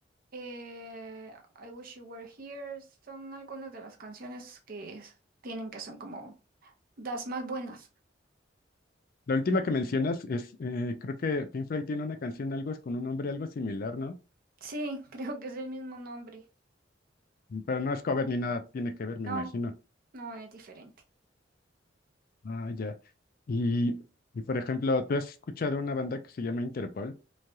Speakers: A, on the right (about 50°); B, on the left (about 50°).
A: eh, I Wish You Were Here. Son algunas de las canciones que es- tienen que son como las más buenas.
B: La última que mencionas es, eh, creo que Pink Floyd tiene una canción, algo es con un nombre algo similar, ¿no?
A: Sí, <laughs> creo que es el mismo nombre.
B: Pero no es cover ni nada, tiene que ver, me
A: No,
B: imagino.
A: no es diferente.
B: Ah, ya. Y, y por ejemplo, ¿tú has escuchado una banda que se llama Interpol?